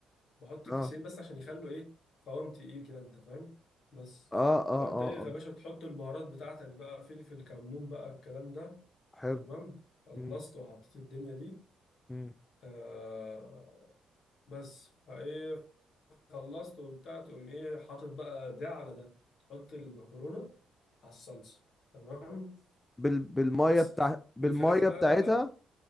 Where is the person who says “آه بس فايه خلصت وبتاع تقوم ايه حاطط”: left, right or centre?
Left